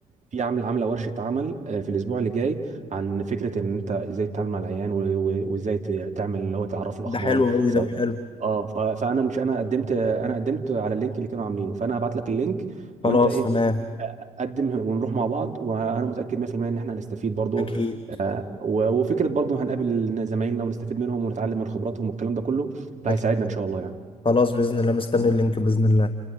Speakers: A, on the right (about 40°); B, on the left (about 30°).
A: في عامله عامله ورشه عمل آه، في الاسبوع اللي جاي عن فكره ان انت ازاي تتعامل مع العيان و... و... وازاي ت- تعمل اللي هو تعرف الاخبار
B: ده حلو قوي
A: سواء
B: ده حلو
A: اه ف... فانا مش انا قدمت انا قدمت على اللينك اللي كانوا عاملينه فانا هبعت لك اللينك
B: خلاص
A: وانت ايه
B: تمام
A: قدم ونروح مع بعض وانا متاكد 100% ان احنا هنستفيد برضو
B: اكيد
A: آه، و- وفكره برضو هنقابل زمايلنا ونستفيد منهم ونتعلم من خبراتهم والكلام ده كله فهيساعدنا
B: اكيد
A: ان شاء الله يعني
B: خلاص باذن الله مستني اللينك باذن الله